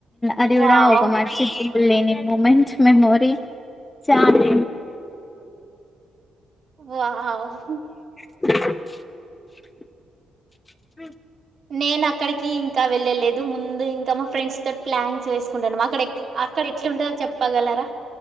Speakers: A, on the left; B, on the right.
A: అది కూడా
B: వావ్
A: అండ్ ఆది కూడా ని మూమెంట్ మెమోరీ చాలా
B: వావ్
A: <inaudible> అ
B: నేను అక్కడికి ఇంకా వెళ్ళలేదు ముందు ఇంకా మా ఫ్రెండ్స్ తోటి ప్లాన్స్ వేసుకుంటాన్నాం అక్కడ అక్కడ ఎట్లుంటదో చెప్పగలరా